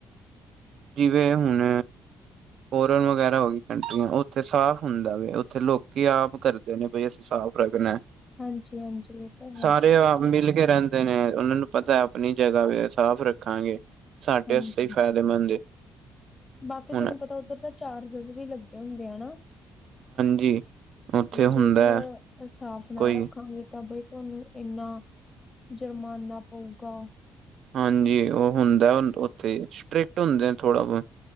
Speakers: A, on the right; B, on the left.
A: ਜਿਵੇਂ ਹੁਣ ਫੋਰਨ ਵਗੈਰਾ ਹੋ ਗਈ ਕੰਟਰੀਆਂ ਉੱਥੇ ਸਾਫ਼ ਹੁੰਦਾ ਵੇ ਉੱਥੇ ਲੋਕੀ ਆਪ ਕਰਦੇ ਨੇ ਬਈ ਅਸੀਂ ਸਾਫ਼ ਰੱਖਣਾ
B: ਹਾਂਜੀ ਹਾਂਜੀ ਇਹ ਤਾਂ ਹੈ
A: ਸਾਰੇ ਮਿਲ ਕੇ ਰੇੰ ਦੇ ਨੇ ਉਨਾਂ ਨੂੰ ਪਤਾ ਆਪਣੀ ਜਗਾ ਵੇ ਸਾਫ਼ ਰੱਖਾਂਗੇ ਸਾਡੇ
B: ਹਾਂਜੀ
A: ਆਸੇ ਈ ਫਾਇਦੇਮੰਦ ਏ।
B: ਬਾਕੀ
A: ਹੁਣ
B: ਤਾਨੂੰ ਪਤਾ ਉੱਧਰ ਤਾਂ ਚਾਰਜਿਸ ਵੀ ਲੱਗੇ ਹੁੰਦੇ ਹਨਾ।
A: ਜੀ ਉੱਥੇ ਹੁੰਦਾ
B: ਜੇਕਰ ਸਾਫ਼ ਨਾ
A: ਕੋਈ
B: ਰੱਖਾਂਗੇ ਤਾ ਬਈ ਤੁਹਾਨੂੰ ਇੰਨਾ ਜੁਰਮਾਨਾ ਪਊਗਾ।
A: ਹਾਂਜੀ ਉਹ ਹੁੰਦਾ ਉੱਥੇ ਸਟ੍ਰਿਕਟ ਹੁੰਦੇ ਥੋੜਾ ਬੋ।